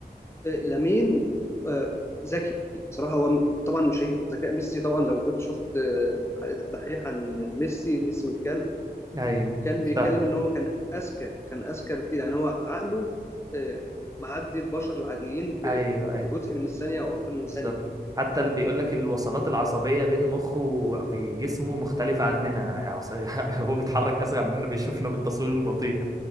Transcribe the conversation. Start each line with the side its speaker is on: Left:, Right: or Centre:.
Left: آه، لامين آه، ذكي بصراحه هو طبعا مش هيجي في ذكاء ميسي طبعا لو كنت شفت آه، حلقه الدحيح عن ميسي ميسي والكلب
Right: ايوه
Left: كان
Right: شفتها
Left: بيتكلم ان هو كان اذكى كان اذكى بكتير يعني هو عقله آه، معدي البشر العاديين ب-
Right: ايوه
Left: ب-
Right: ايوه
Left: بجزء من الثانيه او اكتر من
Right: بالظبط
Left: ثانيه
Right: حتى اللي بيقول لك الوصلات العصبيه بين مخه و- وجسمه مختلفه عننا عص- <laughs> هو بيتحرك اسرع مننا بيشوفنا بالتصوير البطيء